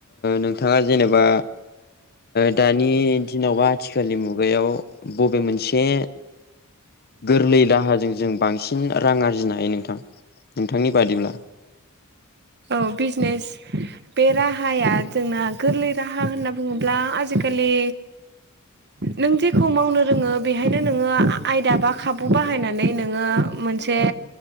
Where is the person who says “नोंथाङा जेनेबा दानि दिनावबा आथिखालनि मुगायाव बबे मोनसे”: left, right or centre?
Left